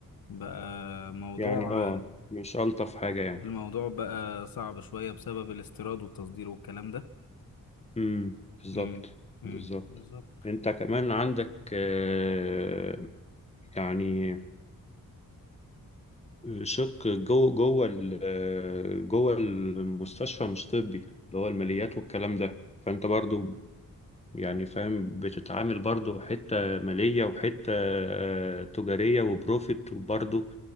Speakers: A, on the left; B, on the left.
A: بقى موضوع
B: يعني اه مش ألطف حاجة يعني
A: الموضوع بقى صعب شوية بسبب الاستيراد والتصدير والكلام ده
B: امم بالظبط
A: امم امم
B: بالظبط
A: بالظبط
B: انت كمان عندك آه، يعني شق جوه جوه ال- جوه المستشفى مش طبي اللي هو الماليات والكلام ده فانت برضو يعني فاهم بتتعامل برضو حتة مالية وحتة آه، تجارية وبروفيت وبرضو